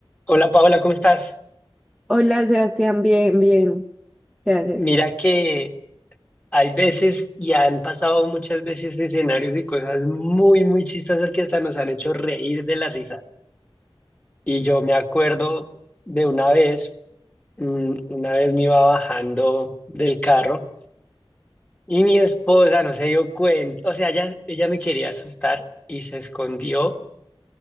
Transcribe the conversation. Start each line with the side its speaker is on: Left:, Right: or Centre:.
Left: Hola Paola, ¿cómo estás?
Centre: Hola, Sebastián, bien, bien. Gracias.
Left: Mira que hay veces y han pasado muchas veces escenarios y cosas muy, muy chistosas que hasta nos han hecho reír de la risa. Y yo me acuerdo de una vez, mm, una vez me iba bajando del carro y mi esposa no se dio cuenta, o sea, ella, ella me quería asustar y se escondió